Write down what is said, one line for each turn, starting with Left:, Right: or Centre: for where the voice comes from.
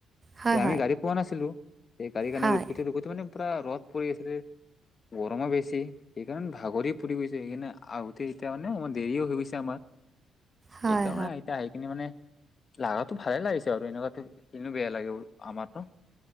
Right: হয়
Left: তে
Right: হয়
Left: আমি গাড়ী পোৱা নাছিলো তে গাড়ীৰ কাৰণে
Right: হয়
Left: ৰুখোতে ৰৰুখোতে মানে। পূৰা ৰ'দ পৰি আছিলে গৰমো বেছি সেইকাৰণে ভাগৰি পৰি গৈছে সেইকাৰণে আগোতে এতিয়া মানে আাৰ দেৰিও হৈ গৈছে আমাৰ
Right: হয়
Left: এইকাৰণে আহতিয়া আহ কিনি মানে লাটো ভালে লাগিছে আৰুাৰ এনেকুৱো কিনো বেয়া লাগে আমাৰ নো